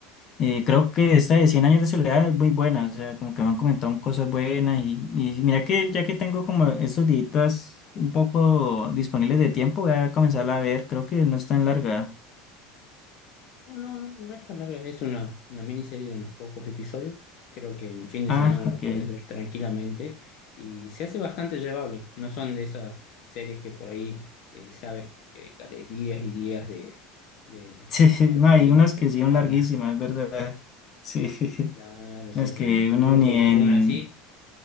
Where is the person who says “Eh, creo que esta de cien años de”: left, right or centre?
Left